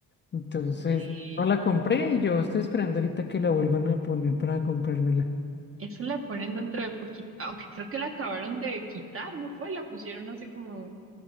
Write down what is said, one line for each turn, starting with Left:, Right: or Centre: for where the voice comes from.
Left: Entonces,
Right: Sí.
Left: no la compré y yo estoy esperando ahorita que la vuelvan a poner para comprármela.
Right: Esa la ponen dentro de poquito, aunque creo que la acabaron de quitar, ¿no fue? La pusieron hace como,